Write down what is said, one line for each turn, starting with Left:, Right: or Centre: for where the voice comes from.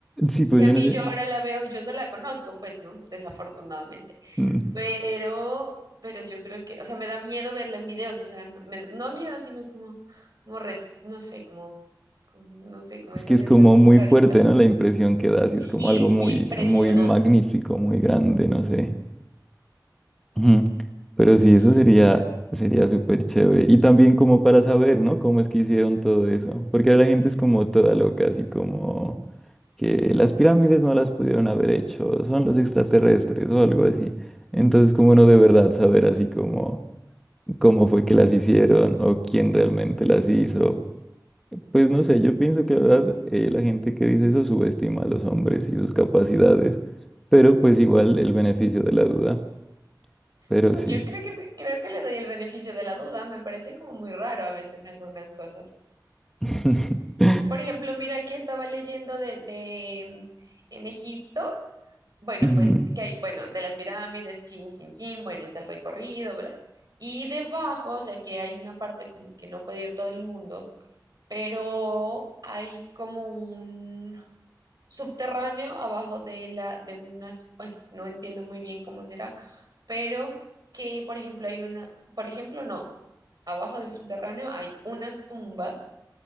Centre: Sí, pues
Right: Si a
Centre: yo
Right: mí
Centre: no sé.
Right: yo ahora la veo, yo no la conozco, pues no, desafortunadamente
Centre: mm,
Right: Pero, pero yo creo que, o sea, me da miedo verla en videos, o sea, no, me- no miedo, sino como, como res- no sé, como, como- no sé, como
Centre: Es
Right: esa
Centre: que es
Right: sensación
Centre: como muy
Right: rarita.
Centre: fuerte, ¿no? La impresión que da, así
Right: Sí,
Centre: es como algo
Right: es muy
Centre: muy,
Right: impresionante.
Centre: muy magnífico, muy grande, no sé. Ujú.
Right: Sí.
Centre: Pero sí, eso sería, sería súper chévere. Y también como para saber, ¿no? Cómo es que hicieron todo eso. Porque la gente es como toda loca, así como que las pirámides no las pudieron haber hecho, son los extraterrestres o algo así. Entonces, como uno de verdad saber así como cómo fue que las hicieron o quién realmente las hizo. Pues no sé, yo pienso que la verdad eh, la gente que dice eso subestima a los hombres y sus capacidades. Pero pues igual el beneficio de la duda. Pero
Right: Mm,
Centre: sí.
Right: Yo creo que me, creo que le doy el beneficio de la duda, me parece como muy raro a veces algunas cosas.
Centre: <laughs>
Right: Por ejemplo, mira que estaba leyendo de, de mm, en Egipto Bueno,
Centre: Ujú,
Right: pues que hay, bueno, de las pirámides, chin, chin, chin, bueno, está el recorrido, bla. Y debajo, o sea que hay una parte como que no puede ir todo el mundo, pero hay como un subterráneo abajo de la, de unas, bueno, no entiendo muy bien cómo será, pero que, por ejemplo, hay una, por ejemplo, no, abajo del subterráneo hay unas tumbas,